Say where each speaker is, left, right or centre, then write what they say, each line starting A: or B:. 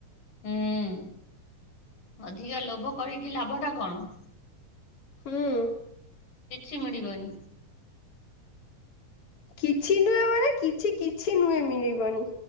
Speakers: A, on the left (about 80°); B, on the left (about 45°).
A: ହୁଁ ଅଧିକା ଲୋଭ କରିକି ଲାଭ ଟା କଣ।
B: ହୁଁ।
A: କିଛି ମିଳିବନି।
B: କିଛି ନୁହେଁ ମାନେ କିଛି କିଛି ନୁହେଁ ମିଳିବନି।